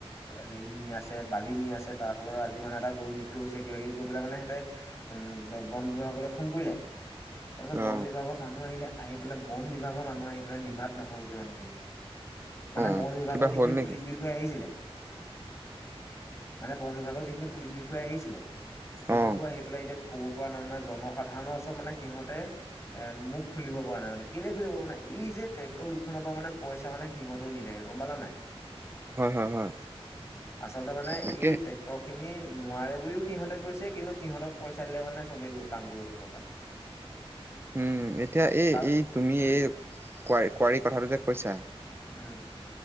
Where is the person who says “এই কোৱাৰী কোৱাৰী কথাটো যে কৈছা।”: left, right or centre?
Right